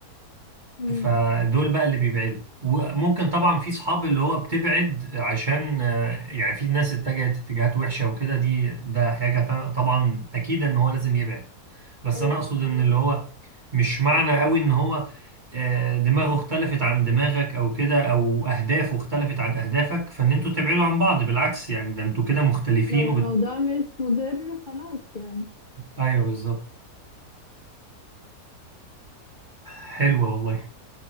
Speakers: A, on the left; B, on the right.
A: امم
B: فدول بقى اللي بيبعدوا وممكن طبعا في صحاب اللي هو بتبعد عشان آه، يعني في ناس اتجهت اتجاهات وحشة وكده دي ده حاجة تا- طبعا أكيد إن هو لازم يبعد بس
A: ايوه
B: أنا أقصد
A: فاهمك
B: إن اللي هو مش معنى قوي إن هو آه، دماغه اختلفت عن دماغك أو كده أو أهدافه اختلفت عن أهدافك فإن أنتوا تبعدوا عن بعض بالعكس يعني ده أنتوا كده مختلفين
A: لو
B: وبت...
A: الموضوع مش مضر خلاص يعني
B: أيوه بالظبط حلوة والله